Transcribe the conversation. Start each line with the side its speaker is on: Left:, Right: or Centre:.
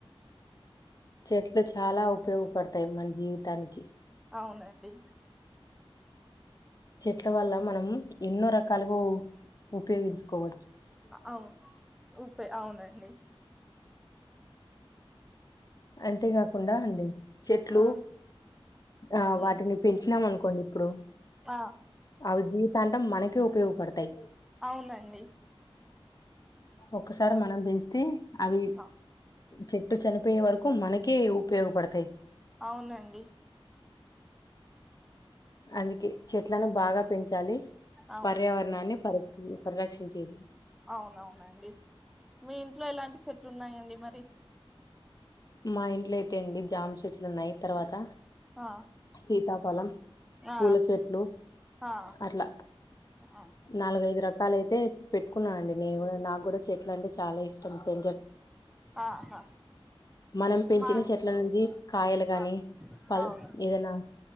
Left: చెట్లు చాలా ఉపయోగపడతాయి మన జీవితానికి
Centre: అవునండి
Left: చెట్ల వల్ల మనం ఎన్నో రకాలుగా ఉపయోగించుకోవ
Centre: అవును ఊపే అవునండి
Left: అంతేకాకుండా అండి చెట్లు
Centre: ఆ
Left: ఆ
Centre: ఉమ్,
Left: వాటిని పెంచినాం అనుకోండి ఇప్పుడు
Centre: ఆ
Left: అవి జీవితాంతం మనకే ఉపయోగపడతాయ్
Centre: అవునండి
Left: ఒకసారి మనం బే తే అవి
Centre: ఆ,
Left: చెట్టు చనిపోయే వరకు మనకే ఉపయోగపడతాయ్
Centre: అవునండి
Left: అందుకే చెట్లను బాగా పెంచాలి
Centre: అవును
Left: పర్యావరణాన్ని పరి పరిరక్షించేది
Centre: అవునవునండి మీ ఇంట్లో ఎలాంటి చెట్లు ఉన్నాయండి మరి
Left: మా ఇంట్లో అయితే అండి జామ్ చెట్లు ఉన్నాయి తర్వాత
Centre: ఆ
Left: సీతాఫలం
Centre: ఆ
Left: పూల చెట్లు
Centre: ఆ
Left: అట్లా
Centre: ఆ,
Left: నాలుగైదు రకాలయి అయితే పెట్టుకున్నానండి నేను కూడా నాకు కూడా చెట్లు అంటే చాలా ఇష్టం పె
Centre: ఆహా
Left: మనం పెంచిన
Centre: మా
Left: చెట్ల నుంచి కాయలు గాని
Centre: ఆ,
Left: పల్
Centre: అవును
Left: ఏదైనా